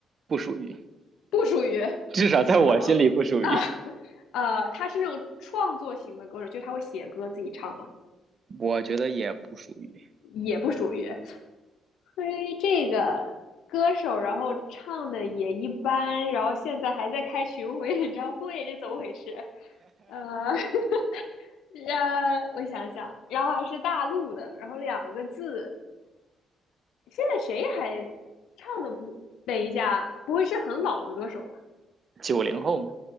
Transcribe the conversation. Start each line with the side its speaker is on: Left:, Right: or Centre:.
Right: 不属于，
Left: 不属于。
Right: 至少在我心里不属于，
Left: 行啊，<laughs> 呃，他是那种创作型的歌手，就是他会写歌自己唱嘛？
Right: 我觉得也不属于
Left: 也不属于。嘿，这个歌手，然后唱的也一般，然后现在还在开巡回演唱会，这怎么回事？呃，<laughs> 呃，我想想，然后还是大陆的，然后两个字，现在谁还唱的不？等一下，不会是很老的歌手啊？
Right: 九零后嘛，